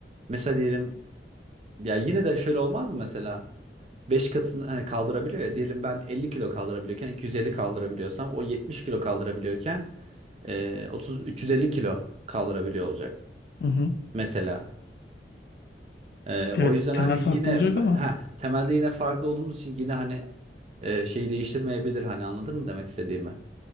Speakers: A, on the right; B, on the left.
A: mesela diyelim ya yine de şöyle olmaz mı mesela? 5 katını hani kaldırabiliyor ya. Diyelim ben 50 kilo kaldırabiliyorken 250 kaldırabiliyorsam o 70 kilo kaldırabiliyorken e, 30 350 kilo kaldırabiliyor olacak
B: Hı hı.
A: mesela. E,
B: Evet,
A: o yüzden
B: temel
A: Hmm. hani
B: farklı
A: yine
B: olacak
A: b-
B: ama
A: ha temelde yine farklı olduğumuz için yine hani e, şeyi değiştirmeyebilir hani anladın mı demek istediğimi?